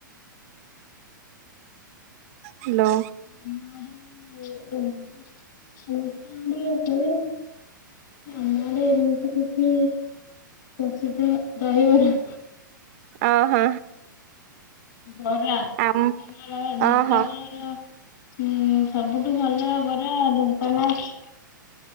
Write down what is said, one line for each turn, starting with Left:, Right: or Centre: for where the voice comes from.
Right: ହାଲୋ
Left: ଆମ ଆଡ଼େ <inaudible> ହୁଏ। ଆମ ଆଡ଼େ ଏମିତି କିଛି ପ୍ରସିଦ୍ଧ ଦହିବରା।
Right: ଓହୋ।
Left: ବରା
Right: ଆମ
Left: ଢେଙ୍କାନାଳ ଢେଙ୍କାନାଳର
Right: ଓହୋ
Left: ହୁଁ ସବୁଠୁ ଭଲ ବରା ଢେଙ୍କାନାଳ